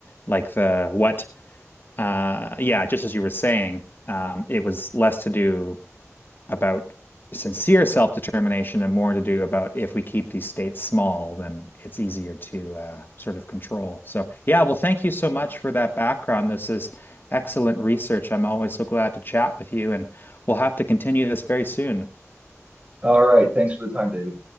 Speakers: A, on the left; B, on the right.
A: like the what uh yeah, just as you were saying, um, it was less to do about sincere self-determination and more to do about if we keep these states small, then it's easier to uh, sort of control. So, yeah, well, thank you so much
B: one hundred
A: for
B: percent.
A: that background. This is excellent research. I'm always so glad to chat with you, and we'll have to continue this very soon.
B: All right. Thanks for the time, David.